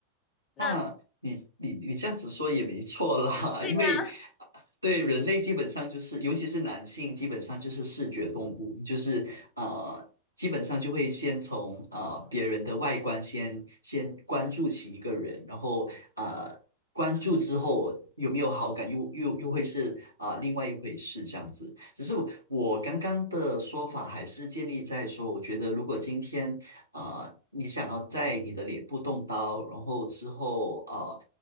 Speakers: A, on the left; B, on the right.
A: 那
B: 那你你你这样子说也没错啦，
A: 对呀。
B: <laughs> 因为对人类基本上就是，尤其是男性，基本上就是视觉动物，就是呃，基本上就会先从呃别人的外观先先关注起一个人，然后呃关注之后有没有好感，又又又会是啊、呃另外一回事这样子。只是我刚刚的说法还是建立在说，我觉得如果今天啊、你想要在你的脸部动刀，然后之后啊